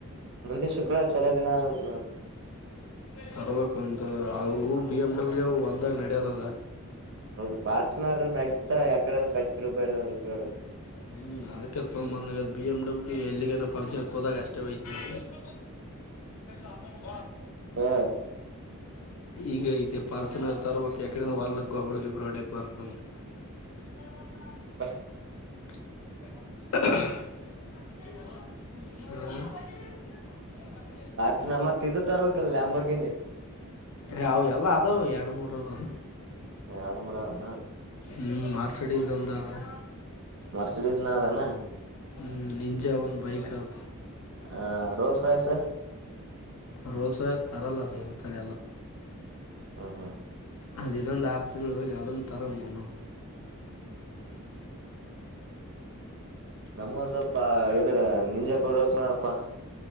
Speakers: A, on the right; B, on the left.
A: ಮುಂದಿನ ಶುಕ್ರವಾರ ಚೊಲೋ ದಿನ ಆದಂತ ನೋಡ್.
B: ತರ್ಬೇಕು ಒಂದು, ಅವು ಬಿ ಎಮ್ ಡಬ್ಲ್ಯೂ ಹೊಲದಾಗ ನಡಿಯಲ್ಲ ಅಲಾ?
A: ಹೌದು ಪಾರ್ಚುನಾರ ನಡತಾ ಎಕಡನು ಕೆಟ್ಟರ. <unintelligible>
B: ಹ್ಮ್ ಅದಕ್ಕೆ ತೊಗೊಂಡ ಬಂದಂಗ, ಬಿ ಎಮ್ ಡಬ್ಲ್ಯೂ ಎಲ್ಲಿಗನ ಫಂಕ್ಷನ್ ಹೋದಾಗ ಅಷ್ಟೇ ಹೋಯ್ತೀವಿ. ಕೊಟ್ಟ. <inaudible>
A: ಹಾ.
B: ಈಗ ಇದ ಪಾರ್ಚನರ್ ತರ್ಬೇಕ ಎಕಡೆನ ಹೊಲಕ ಗೊಬ್ಬರ ಗಿಬ್ಬರ ಹೊಡ್ಯಾಕ್ ಬರ್ತದ ಅಂತ. ಹ್ಮ. <inaudible>
A: ಹ. <inaudible>
B: <unintelligible> ಹ
A: ಅರ್ತಿನಮ್ಮತ್ತದು ತರಬೇಕಲ್ಲ ಅಂಬರ್ಗೆ
B: ಅ ಎಲ್ಲ ಅದಾವ ಎರಡ್ ಮೂರದು
A: ಎರಡ್ ಮೂರ ಅವನ
B: ಹ್ಮ್ ಮಾರ್ಸಿಡೀಸ್ ಅಂತ ಅ
A: ಮರ್ಸಿಡಿಸ್ ನಾದಾನ
B: ಹ್ಮ ನಿಂಜ ಒಂದು ಬಹಿಕಲ್
A: ಹ ರೋಲ್ ಸಾಯಸ
B: ರೋಲ್ಸ ರಸ್ ತರಲ್ಲ ದೇಮ ತಲೆ ಎಲ್ಲ
A: ಹ್ಮ್ ಹ್ಮ್
B: ಅದ ಇಲ್ಲ ಒಂದು ಆರ್ ತಿಗಳು ಬಲಿ ಅದನ್ನು ತರ ಬ
A: ನಮ್ಗೊಂದ ಸ್ವಲ್ಪ ಇದ್ರ ನಿಂಜಕ್ ಕೊಡಕ್ ನಾಡಪ್ಪಾ